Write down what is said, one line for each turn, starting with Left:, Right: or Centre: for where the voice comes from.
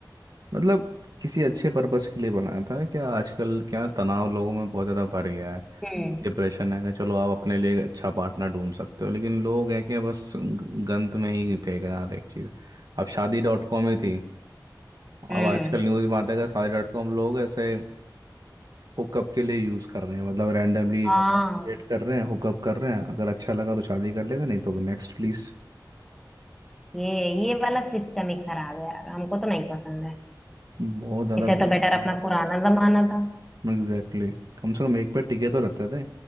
Right: मतलब किसी अच्छे पर्पस के लिए बनाया था क्या आजकल क्या तनाव लोगों में बहुत ज़्यादा बढ़ गया है
Centre: हम्म
Right: डिप्रेशन है कि चलो आप अपने लिए एक अच्छा पार्टनर ढूंढ सकते हो लेकिन लोग हैं कि बस ग- गंद में ही फेंक रहे हैं हर एक चीज़ अब शादी डॉट कॉम ही थी
Centre: हम्म
Right: अब आजकल न्यूज़ में आता है कि शादी डॉट कॉम लोग ऐसे हुकअप के लिए यूज़ कर रहे हैं मतलब रैंडमली
Centre: हाँ
Right: डेट कर रहे हैं हुकअप कर रहे हैं अगर अच्छा लगा तो शादी कर लेगा नहीं तो नेक्स्ट प्लीज़
Centre: ये ये वाला सिस्टम ही खराब है यार हमको तो नहीं पसंद है
Right: बहुत ज्यादा
Centre: इससे
Right: गलत
Centre: तो बेटर
Right: है
Centre: अपना पुराना जमाना था
Right: Exactly exactly. कम से कम एक पे टिके तो रहते थे